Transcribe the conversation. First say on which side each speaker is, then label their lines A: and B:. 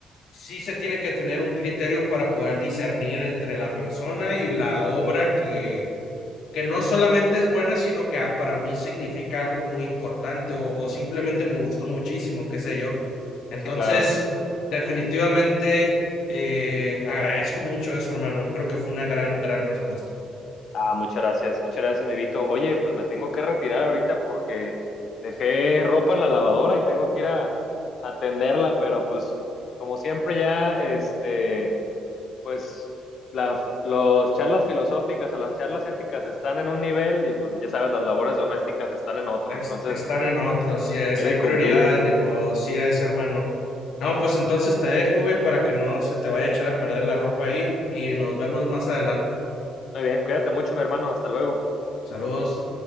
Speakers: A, on the left; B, on the left.
A: sí se tiene que tener un criterio para poder discernir entre la persona y la obra que, que no solamente es buena, sino que ah, para mí significa algo muy importante o, o simplemente me gustó muchísimo, qué sé yo. Entonces,
B: sí, claro.
A: definitivamente eh, agradezco mucho eso, hermano. Creo que fue una gran, gran respuesta.
B: Ah, muchas gracias, muchas gracias, mi Vito. Oye, pues me tengo que retirar ahorita porque dejé ropa en la lavadora y tengo que ir a a atenderla, pero pues como siempre ya, este, pues las los charlas filosóficas o las charlas éticas están en un nivel y pues ya sabes, las labores domésticas están en otro,
A: Es-
B: entonces
A: estar en otro, así es,
B: hay
A: hay
B: que
A: prioridades,
B: cumplir.
A: ni modo, así es, hermano. No, pues entonces te dejo, güey, para que no se te vaya a echar a perder la ropa ahí y nos vemos más adelante.
B: Muy bien, cuídate mucho, mi hermano, hasta luego.
A: Saludos.